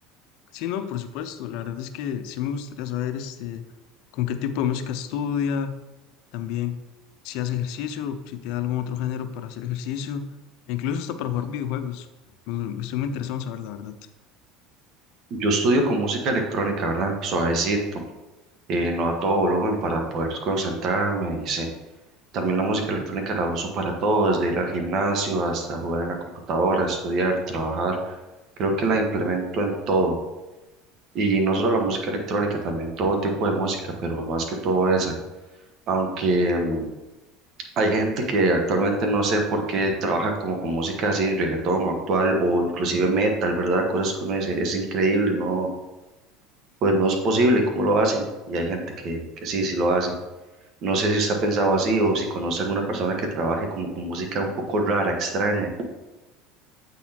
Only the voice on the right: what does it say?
Yo estudio con música electrónica, ¿verdad? Suavecito, eh, no a todo volumen para poder concentrarme y sí. También la música electrónica la uso para todo, desde ir al gimnasio hasta jugar en la computadora, estudiar, trabajar. Creo que la implemento en todo. Y no solo la música electrónica, también todo tipo de música, pero más que todo esa. Aunque mm, Hay gente que actualmente no sé por qué trabaja como con música así, reggaetón o actual o inclusive metal, ¿verdad? Cosas que uno dice, es increíble, no, pues no es posible cómo lo hacen. Y hay gente que, que sí, sí lo hace. No sé si usted ha pensado así o si conoce alguna persona que trabaje como con música un poco rara, extraña.